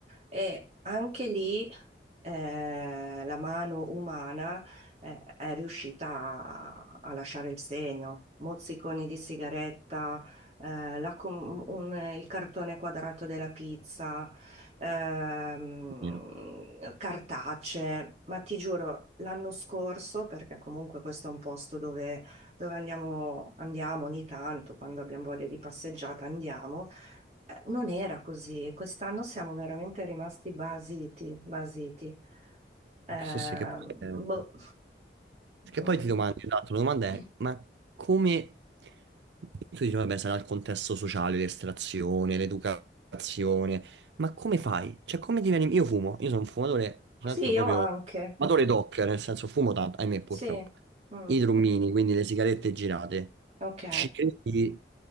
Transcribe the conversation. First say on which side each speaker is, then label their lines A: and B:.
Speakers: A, on the right (about 40°); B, on the right (about 80°).
A: E anche lì eh, la mano umana eh, è riuscita a, a lasciare il segno. Mozziconi di sigaretta, eh, la com- un- il cartone quadrato della pizza, ehm,
B: Io.
A: cartacee, ma ti giuro, l'anno scorso, perché comunque questo è un posto dove, dove andiamo, andiamo ogni tanto, quando abbiamo voglia di passeggiata andiamo. Eh, Non era così, e quest'anno siamo veramente rimasti basiti, basiti. Eh,
B: Sì, sì, che poi,
A: boh,
B: eh, che
A: non-
B: poi ti domandi, esatto, la domanda
A: <clears throat>
B: è, ma come... Tu dici, vabbè, sarà il contesto sociale, l'estrazione, l'educazione, ma come fai? Cioè, come diveni... Io fumo, io sono un fumatore, tra
A: Sì,
B: l'altro
A: io
B: proprio...
A: anche,
B: fumatore doc, nel senso fumo tanto, ahimè, purtroppo.
A: sì, Mm,
B: I drummini, quindi le sigarette girate.
A: ok,
B: Ci credi?